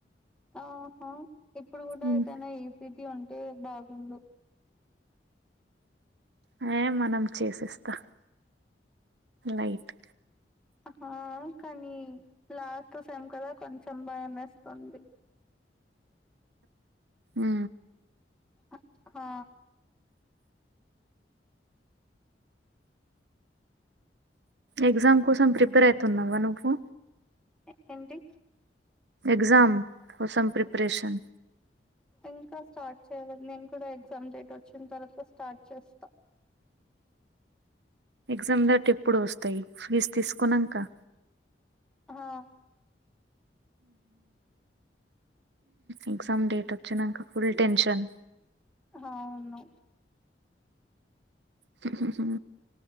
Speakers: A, in the centre; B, on the right.
A: ఆహా ఇప్పుడు గూడా
B: ఉమ్
A: ఏదైనా ఇసిటీ ఉంటే బాగుండు
B: అయినా మనం చేసేస్తా లైట్
A: అహా కానీ లాస్ట్ సెమ్ కదా కొంచెం భయమేస్తుంది
B: మ్
A: అ హా
B: ఎగ్జామ్ కోసం ప్రిపేర్ ఐతున్నవా నువ్వు
A: ఎ ఏంటి
B: ఎగ్జామ్ కోసం ప్రిప్రేషన్
A: ఇంకా స్టార్ట్ చేయలేదు నేను కూడా ఎగ్జామ్ డేట్ వొచ్చిన్ తర్వాత స్టార్ట్ చేస్తా
B: ఎగ్జామ్ డేట్ ఎప్పుడు వొస్తయ్ ఫ్లీజ్ తీస్కున్నంక
A: ఆ
B: ఎగ్జామ్ డేట్ ఒచ్చినంక ఫుల్ టెన్షన్
A: హావును
B: హు హు హు